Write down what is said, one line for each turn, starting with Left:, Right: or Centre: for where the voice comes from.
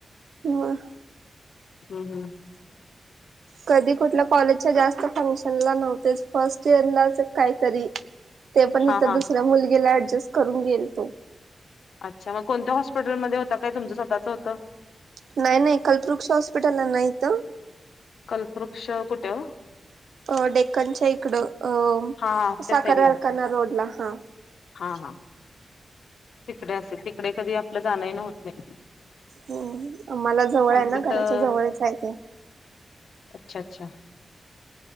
Right: मग
Left: हम् हम्.
Right: कधी कुठल्या कॉलेजच्या जास्त फंक्शन ला नव्ह तेच फर्स्ट इयरलाच काहीतरी ते पण
Left: हा
Right: इथं
Left: हा
Right: दुसऱ्या मुलगीला ऍडजस्ट करून गेलतो.
Left: अच्छा मग कोणत्याॉस्पिटलमध्ये होता काय तुमचं स्वतचं होतं.
Right: नाही नाही कल्पृक्ष हॉस्पिटलला नाहीत.
Left: कल्वृक्ष कुठे
Right: अ डेकनच्या इकडं अ
Left: हा हा
Right: साख
Left: त्या साईडला
Right: कारखाना रोडला हाक
Left: हा हा तिकडे असेल तिकडे कधी आपलं जाण न होत नाही.
Right: हम् मला जवळ
Left: आमचं
Right: आहे ना घराच्या
Left: तर
Right: जवळच आहे ते.
Left: अच्छा अच्छा